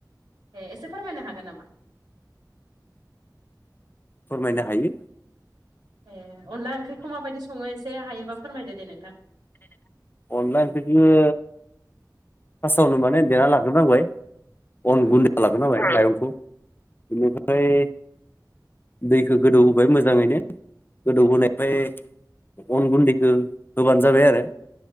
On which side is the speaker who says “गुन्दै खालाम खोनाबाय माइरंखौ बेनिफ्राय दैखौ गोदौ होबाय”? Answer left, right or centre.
Left